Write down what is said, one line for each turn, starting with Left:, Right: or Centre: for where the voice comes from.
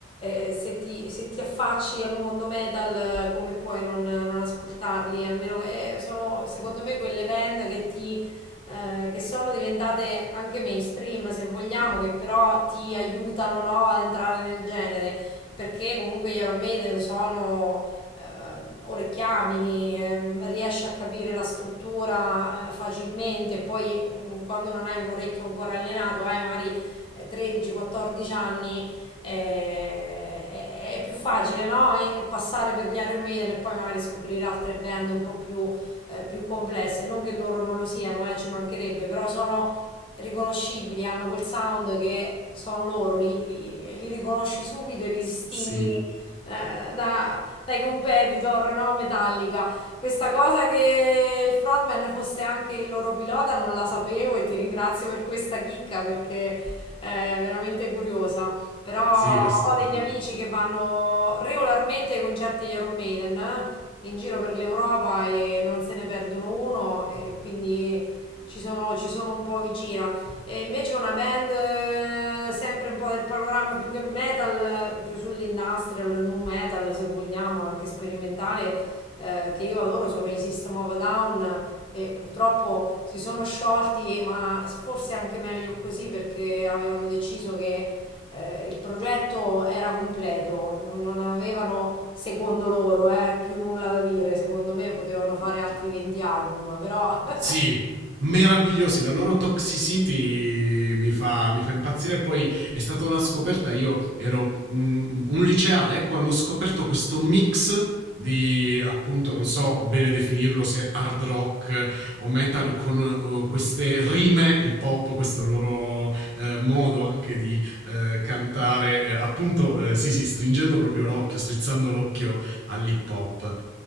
Left: eh, eh, se ti, se ti affacci al mondo metal eh, come puoi non, non ascoltarli? Almeno eh, sono secondo me quelle band che ti, eh, che sono diventate anche mainstream se vogliamo, che però ti aiutano no, ad entrare nel genere perché comunque gli Iron Maiden sono eh, orecchiabili, ehm, riesce a capire la struttura eh, facilmente, poi mh, quando non hai un orecchio ancora allenato, hai magari eh, 13-14 anni, eh, è, è più facile, no? E- Passare per gli Iron Maiden e poi magari scoprire altre band un po' più, eh, più complesse, non che loro non lo siano, eh, ci mancherebbe, però sono riconoscibili, hanno quel sound che sono loro, li, li- li riconosci subito e li distingui
Right: Sì,
Left: eh, da, dai competitor, no? Metallica. Questa cosa che il frontman fosse anche il loro pilota non la sapevo e ti ringrazio per questa chicca perché è veramente curiosa. Però
Right: sì, assolutamente.
Left: ho degli amici che vanno regolarmente ai concerti di Iron Maiden eh, in giro per l'Europa e non se ne perdono uno e quindi ci sono, ci sono un po' vicina. E invece una band eh, sempre un po' del panorama più che metal, eh, più sull'industrial, nu metal se vogliamo, anche sperimentale, eh, che io adoro, sono i System of a Down e purtroppo si sono sciolti, ma forse anche meglio così perché avevano deciso che eh, il progetto era completo, non, non avevano, secondo loro, eh, più nulla da dire, secondo me potevano fare altri 20 album, però... <laughs>
Right: Sì, meravigliosi. La loro toxicity mi fa, mi fa impazzire. Poi è stata una scoperta. Io ero mm, un liceale quando ho scoperto questo mix di appunto non so bene definirlo se hard rock o metal con eh, queste rime hip hop questo loro eh, modo anche di eh, cantare eh, appunto eh, sì sì stringendo proprio l'occhio strizzando l'occhio all'hip hop